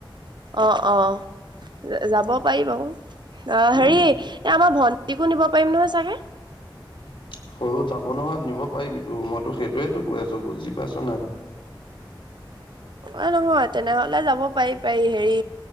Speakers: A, on the right (about 60°); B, on the left (about 75°).
A: অ অঁহ যাব পাৰি বাৰু অ
B: উম।
A: হেৰি এ আমাৰ ভন্টিকো নিব পাৰিম নহয় চাগে।
B: সৰু যাব নহয় নিব পাৰিবি তো মইতো সেইটোয়ো কৈ আছো বুজি পাইছ নাই।
A: অ নহয় তেনেহলে যাব পাৰি পাৰি হেৰি।